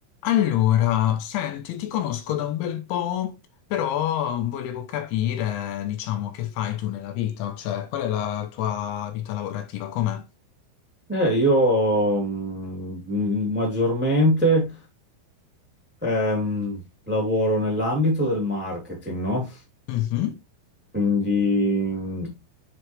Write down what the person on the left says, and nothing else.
Allora, senti, ti conosco da un bel po', però volevo capire, diciamo, che fai tu nella vita, cioè qual è la tua vita lavorativa, com'è?
Mhm.